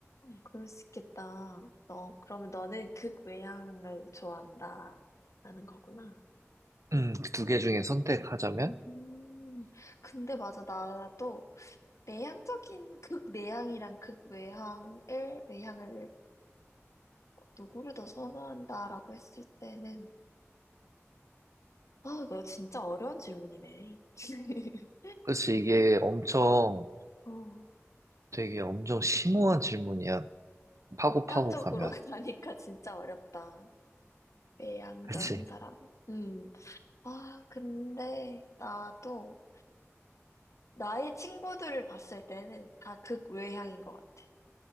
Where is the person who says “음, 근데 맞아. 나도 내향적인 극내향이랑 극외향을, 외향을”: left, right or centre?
Left